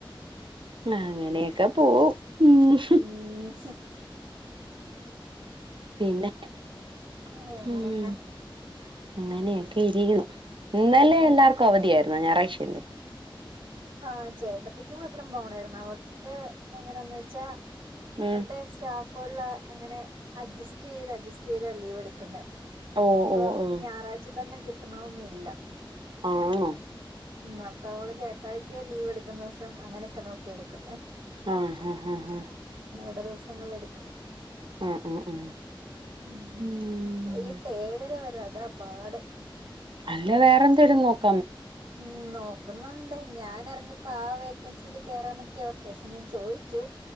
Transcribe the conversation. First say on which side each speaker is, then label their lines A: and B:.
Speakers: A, on the right; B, on the right.
A: അങ്ങനെയൊക്കെ പോവും ഉം
B: ഉം
A: പിന്നെ
B: ആ വേറെന്നാ
A: ഉം അങ്ങനെയൊക്കെ ഇരിക്കുന്നു ഇന്നലെ
B: ഉം
A: എല്ലാർക്കും അവധിയായിരുന്നു. ഞായറാഴ്ച അല്ലെ
B: ആഹ ചേട്ടത്തിക്ക് മാത്രം പോണായിരുന്നു. അവൾക്ക് എങ്ങനെയന്ന് വെച്ചാ
A: ഉം
B: അവരുടെ സ്റ്റാഫോൾ അങ്ങനെ അഡ്ജസ്റ്റ് ചെയ്ത് അഡ്ജസ്റ്റ് ചെയ്താ ലീവ് എടുക്കുന്നെ
A: ഓ
B: അപ്പൊ
A: ഓ ഓ
B: ഞായറാഴ്ച തന്നെ കിട്ടണമെന്നില്ല.
A: ആണോ
B: ഉം അപ്പോ അവൾ ചേട്ടായിക്ക് ലീവ് എടുക്കുന്ന ദിവസം അങ്ങനെയൊക്കെ നോക്കി എടുക്കുന്നെ
A: ആഹ ഹഹ് ഹഹ ഹഹ
B: രണ്ട് ദിവസങ്ങളിൽ എടുക്കുന്നെ
A: ആഹ് ആഹ് ആഹ്
B: ഊഊ,
A: ഉം
B: വൈകിട്ട് ഏഴര വരെ അത് അതാ പാട്
A: അല്ല വേറെ എന്താലും നോക്ക്
B: ഉം നോക്കുന്നുണ്ട് ഞാൻ ഇറങ്ങിയപ്പോ ആ വേക്കൻസിൽ കേയറാന്നൊക്കെ ഓർത്ത് പക്ഷെ ഞാൻ ചോദിച്ചു.